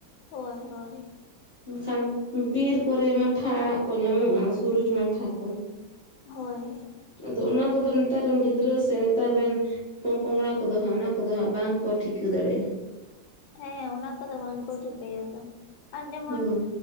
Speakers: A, on the left (about 75°); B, on the right (about 40°).
A: ᱦᱳᱭ ᱦᱳᱭ᱾
B: ᱮᱱᱠᱷᱟᱱ ᱵᱤᱨ ᱠᱚᱨᱮ ᱢᱟᱴᱷᱟ ᱟᱲᱟᱜ ᱠᱚ ᱧᱟᱢᱚᱜᱼᱟ, ᱥᱩᱨᱡᱽ ᱢᱟᱴᱷᱟ ᱠᱚ᱾
A: ᱦᱳᱭ᱾
B: ᱟᱫᱚ ᱚᱱᱟ ᱠᱚᱫᱚ ᱱᱮᱛᱟᱨ ᱨᱮᱱ ᱜᱤᱫᱽᱨᱟᱹ ᱥᱮ ᱱᱮᱛᱟᱨ ᱨᱮᱱ ᱯᱚ ᱯᱚᱝᱲᱟ ᱠᱚᱫᱚ ᱦᱟᱸᱜ ᱚᱱᱟ ᱠᱚᱫᱚ ᱦᱟᱸᱜ ᱵᱟᱝ ᱠᱚ ᱴᱷᱤᱠᱟᱹ ᱫᱟᱲᱮᱭᱟᱜᱼᱟ᱾
A: ᱦᱮᱸ ᱚᱱᱟ ᱠᱚᱫᱚ ᱵᱟᱝᱠᱚ ᱴᱷᱤᱠᱟᱹᱭᱟᱛᱚ, ᱟᱨ ᱡᱮᱢᱚᱱ
B: ᱦᱳᱭ